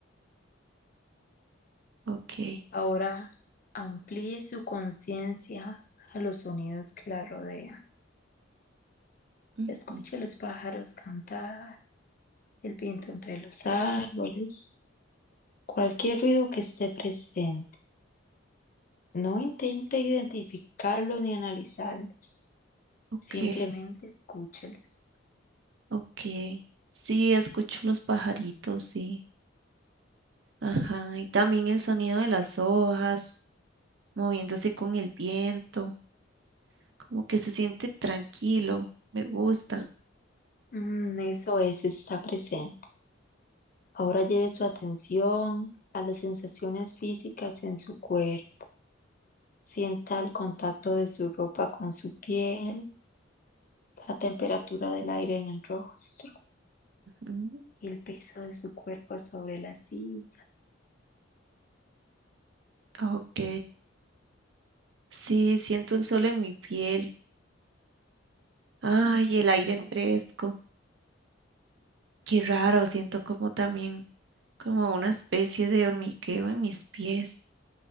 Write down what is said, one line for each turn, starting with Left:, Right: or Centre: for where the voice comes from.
Right: Ok,
Left: Ahora amplíe su conciencia a los sonidos que la rodean.
Right: ujú,
Left: Escuche a los pájaros cantar, el viento entre los árboles, cualquier ruido que esté presente. No intente identificarlos ni analizarlos,
Right: ok,
Left: simplemente escúchelos.
Right: ok. Sí, escucho los pajaritos, sí. Ajá, y también el sonido de las hojas moviéndose con el viento. Como que se siente tranquilo. Me gusta.
Left: Mm, eso es, está presente. Ahora lleve su atención a las sensaciones físicas en su cuerpo. Sienta el contacto de su ropa con su piel, la temperatura del aire en el rostro
Right: Ujú,
Left: y el peso de su cuerpo sobre la silla.
Right: Ok. Sí, siento el sol en mi piel. Ay, el aire fresco. Qué raro, siento como también, como una especie de hormigueo en mis pies.